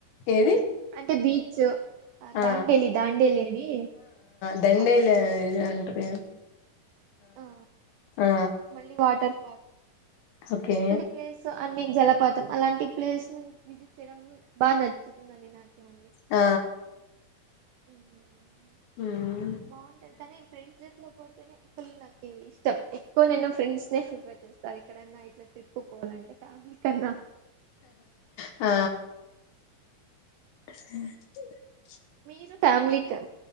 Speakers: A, on the left; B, on the right.
A: ఏది
B: అంటే బీచ్
A: ఆ
B: దాండేలి దాండేలి అని
A: దండేలీ
B: అక్కడ
A: ఈ అంట్రు
B: ఆ,
A: ఆ
B: మళ్ళీ వాటర్
A: ఓకే
B: అట్లాంటి ప్లేస్ అన్ని జలపాతం అలాంటి ప్లేస్ విజిట్ చేయడం బాగా నచ్చుతుందండి నాకు మళ్ళీ
A: ఆ
B: <unintelligible>
A: హుమ్
B: బాగుంటుంది కానీ ఫ్రెండ్స్ తో పోతేనే ఫుల్ నాకు ఇష్టం ఎక్కువ నేను ఫ్రెండ్స్ ప్రిఫేర్ చేస్తా ఎక్కడన్నా ఇట్లా ట్రిప్పుకు పోవాలంటే ఫ్యామిలీ కన్నా
A: ఆ <inaudible>
B: మీరు ఫ్యామిలీ క